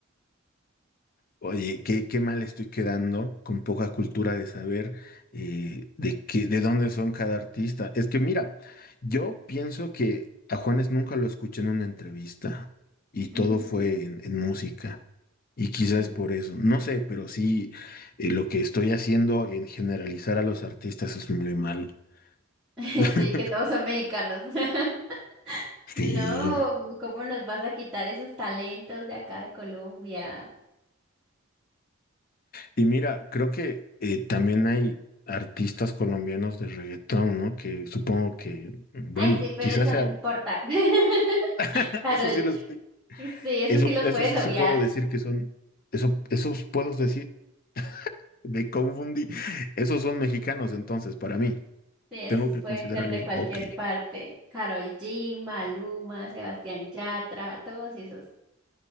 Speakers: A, on the left (about 40°); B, in the centre.
A: Oye, qué, qué mal estoy quedando con poca cultura de saber eh, de qué, de dónde son cada artista. Es que mira, yo pienso que a Juanes nunca lo escuché en una entrevista y todo
B: Ujú,
A: fue en, en música. Y quizás
B: Sí.
A: por eso, no sé, pero sí, eh, lo que estoy haciendo en generalizar a los artistas es muy malo.
B: <laughs>
A: <laughs>
B: Sí, que todos son mexicanos. <laughs>
A: Sí.
B: No, ¿cómo nos vas a quitar esos talentos de acá de Colombia?
A: Y mira, creo que eh, también hay artistas colombianos de reggaetón, ¿no? Que supongo que, bueno,
B: Ay, sí, pero
A: quizás
B: eso
A: sea,
B: no importa. <laughs>
A: <coughs>
B: Carol,
A: <laughs> eso sí los,
B: sí, eso
A: eso,
B: sí los
A: eso
B: puedes
A: sí
B: obviar.
A: sí puedo decir que son, eso, esos puedo decir, me confundí, <laughs> esos son mexicanos entonces, para mí,
B: Sí, esos
A: tengo que
B: pueden
A: considerarlos,
B: ser de cualquier
A: ok.
B: parte. Carol G, Maluma, Sebastián Yatra, todos esos.